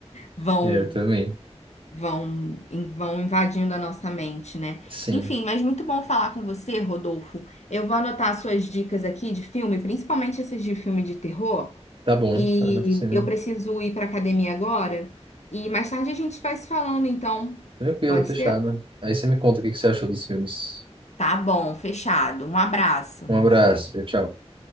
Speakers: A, on the left; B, on the right.
A: vão,
B: É, eu também.
A: vão, in- vão invadindo a nossa mente, né?
B: Sim.
A: Enfim, mas muito bom falar com você, Rodolfo. Eu vou anotar as suas dicas aqui de filme, principalmente essas de filme de terror.
B: Tá bom,
A: E
B: tá tá sendo
A: eu preciso ir para academia agora. E mais tarde a gente vai se falando, então.
B: tranquilo,
A: Pode
B: fechado.
A: ser?
B: Aí você me conta o que que você achou dos filmes.
A: Tá bom, fechado. Um abraço.
B: Um abraço, tchau. tchau.